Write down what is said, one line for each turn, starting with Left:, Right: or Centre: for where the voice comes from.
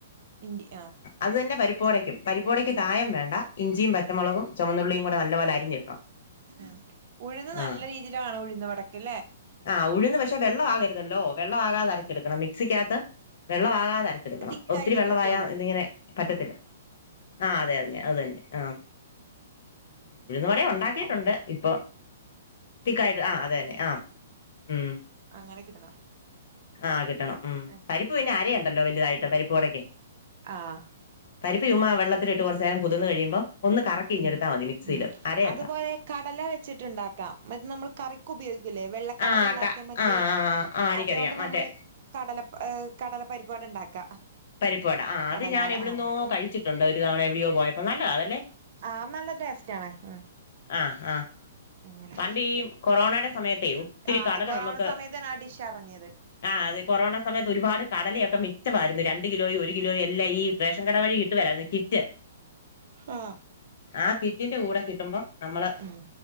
Right: ഇൻ്റി ആഹ്
Left: അത് തന്നെ പരിപ്പുവടയ്ക്കും. പരിപ്പുവടയ്ക്ക് കായം വേണ്ട. ഇഞ്ചിയും പച്ചമുളകും
Right: ഉം
Left: ചുവന്നുള്ളിയും കൂടെ നല്ലപോലെ അരിഞ്ഞിടണം.
Right: ഓകെ. ഉഴുന്ന്
Left: ആഹ്
Right: നല്ല രീതിയില് വേണം. ഉഴുന്നുവടയ്ക്കല്ലേ.
Left: ആഹ് ഉഴുന്ന് പക്ഷെ വെള്ളം ആകരുതല്ലോ. വെള്ളമാകാതെ അരച്ചെടുക്കണം. മിക്സിക്കകത്ത് വെള്ളമാകാതെ അരച്ചെടു ക്കണം
Right: തിക്കായിട്ട്
Left: ഒത്തിരി വെള്ളമായാ
Right: കിട്ടുള്ളൂ
Left: ഇതിങ്ങനെ പറ്റത്തില്ല. ആഹ് അതെ അതെ അതന്നെ. ആഹ് ഉം ഉഴുന്നുവടേം ഉ ണ്ടാക്കിയിട്ടുണ്ട്.
Right: ഓഹ്
Left: ഇപ്പൊ തിക്കായിട്ട്. ആഹ് അത് തന്നെ. ആഹ് ഉം
Right: അങ്ങനെ കിട്ടണം.
Left: ആഹ് കിട്ടണം. ഉം
Right: അങ്ങനെ
Left: പരിപ്പു പിന്നെ അരയണ്ടല്ലോ വലുതായിട്ട്. പരിപ്പുവടക്ക്
Right: ആഹ്.
Left: പരിപ്പ് ചുമ്മാ വെള്ളത്തിലിട്ട് കുറച്ചു നേരം കുതിർന്ന് കഴിയുമ്പോ ഒന്ന് കറക്കിങ്ങെടുത്താൽ
Right: ഉം
Left: മതി മിക്സിയില്.
Right: ഉം
Left: അരയണ്ട.
Right: അതുപോലെ കടല വെച്ചിട്ട് ഉണ്ടാക്കാം. മറ്റേ നമ്മൾ കറിക്ക് ഉപയോഗിക്കൂലേ. വെള്ളക്കടലല്ലാത്ത
Left: ആഹ് ക
Right: മറ്റേ.
Left: ആഹ് ആഹ് ആഹ് എനിക്കറിയാം
Right: അതുകൊണ്ട്
Left: മറ്റേ
Right: നമ്മള് കടല പ ഏഹ് കടലപ്പരിപ്പു കൊണ്ടാ ഉണ്ടാക്ക.
Left: പരിപ്പുവട ആഹ് അത്
Right: കടലവട
Left: ഞാൻ എവിടന്നോ
Right: ആഹ്
Left: കഴിച്ചിട്ടുണ്ട് ഒരു തവണ എവിടെയോ പോയപ്പോ. നല്ലതാ അതല്ലേ.
Right: ആഹ് നല്ല ടേസ്റ്റ് ആണ്. ഉം
Left: ആഹ് ആഹ്.
Right: അങ്ങനെ
Left: പണ്ട് ഈ കൊറോണയുടെ സമയത്തെ ഒത്തിരി
Right: ആഹ്
Left: കടല
Right: കൊറോണ
Left: നമുക്ക്
Right: സമയത്താണ് ആ ഡിഷ് എറങ്ങിയത്
Left: ആഹ് അത് കൊറോണ സമയത്ത് ഒരുപാട് കടലയൊക്കെ മിച്ചമായിരുന്നു. രണ്ട് രണ്ട് കിലോയും ഒരു കിലോയും എല്ലാ ഈ റേഷൻ കട വഴി കിട്ടുവേലായിരുന്നു കിറ്റ്.
Right: ആഹ്
Left: ആഹ് കിറ്റിന്റെ കൂടെ കിട്ടുമ്പം നമ്മള്
Right: ഉം